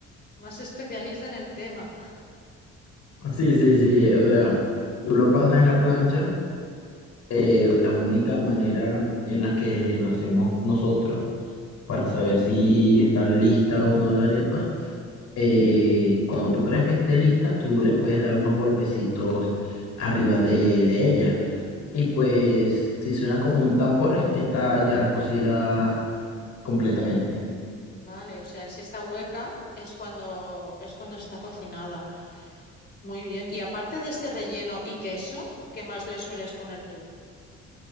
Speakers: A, on the left; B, on the left.
A: más especialista en el tema.
B: Sí, sí, sí, o sea, tú lo pasas en la plancha eh, la única manera en la que lo hacemos nosotros para saber si está lista o no la arepa, eh, cuando tú creas que esté lista, tú le puedes dar unos golpecitos arriba de, de ella. Y pues si suena como un tambor es que está ya cocida completamente.
A: Vale, o sea, si está hueca es cuando es cuando está cocinada. Muy bien. Y aparte de este relleno y queso, ¿qué más le sueles poner tú?